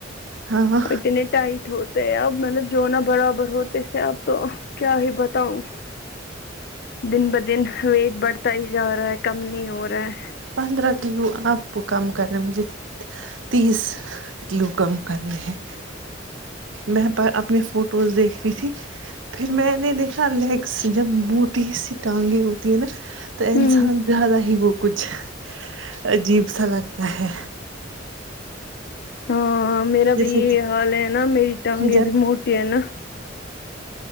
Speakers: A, on the right; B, on the left.
A: ہاں
B: اور اتنے ٹائی ٹ ہوتے اب مطلب جونا برابر ہوتے تھے اب تو کیا ہی بتاؤں دن ب دن ویٹ بڑھتا ہی جا رہا ہے کم نہیں ہو رہا ہے
A: پندرہ کلو آپ کو کم کرنے مجھے تیس کلو کم کرنے ہیں میں پر اپنی فوٹوز دیکھ رہی تھی پھر میں نے دیکھا لیگس جب موٹی سی ٹانگیں ہوتی ہے نا تو انسان
B: ہوں
A: زیادہ ہی وہ کچھ عجیب سا لگتا ہے
B: ہاں میرا
A: جیسے
B: بھی یہ حال ہے نا میری ٹانگے
A: جب
B: بھی موٹی ہے نا